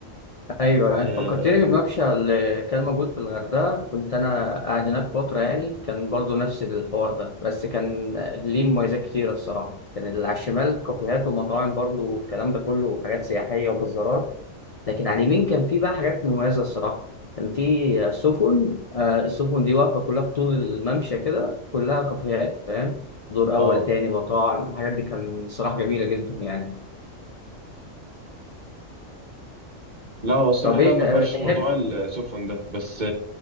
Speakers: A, on the left; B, on the right.
A: ايوه
B: آه,
A: انت فكرتني بالممشى اللي كان موجود في الغردقه كنت انا قاعد هناك فتره يعني كان برضو نفس الحوار ده بس كان ليه مميزات كتيره الصراحه كان اللي على الشمال كافيهات ومطاعم برضو والكلام ده كله حاجات سياحيه وبازارات لكن على اليمين كان في بقى حاجات مميزه الصراحه كان في سفن آه، السفن دي واقفه كلها بطول الممشى كده كلها كافيهات فاهم دور اول
B: آه.
A: تاني مطاعم الحاجات دي كان صراحه جميله جدا يعني
B: لا هو الصراحة
A: طب ايه
B: ده ما فيهاش
A: آه، تحب
B: موضوع السفن ده بس